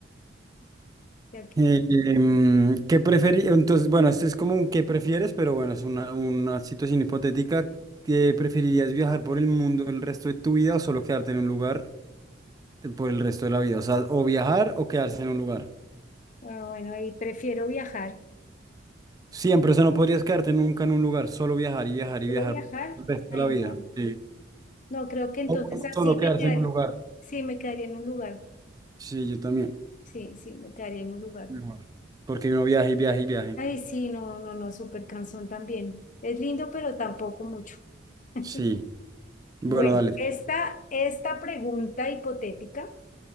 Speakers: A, on the left (about 40°); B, on the right (about 20°).
A: Ya que,
B: Eh, em, ¿qué preferi- Entonces, bueno, este es como un qué prefieres, pero bueno, es una, una situación hipotética. ¿Qué preferirías viajar por el mundo el resto de tu vida o solo quedarte en un lugar eh, por el resto de la vida? O sea, o viajar o quedarse en un lugar.
A: ah, bueno, ahí prefiero viajar.
B: Siempre, o sea, no podrías quedarte nunca en un lugar, solo viajar y viajar y
A: ¿Solo
B: viajar
A: viajar?
B: el resto
A: Ay,
B: de la vida.
A: no.
B: Sí.
A: No, creo que entonces
B: O
A: así
B: solo
A: me
B: quedarse
A: quedaría.
B: en un lugar.
A: Sí, me quedaría en un lugar.
B: Sí, yo también.
A: Sí, sí, me quedaría en un lugar.
B: Mejor. Porque uno viaje, y viaja y viaje.
A: Ay, sí, no, no, no, súper cansón también. Es lindo, pero tampoco mucho. <laughs>
B: Sí. Bueno,
A: Bueno,
B: dale.
A: esta, esta pregunta hipotética.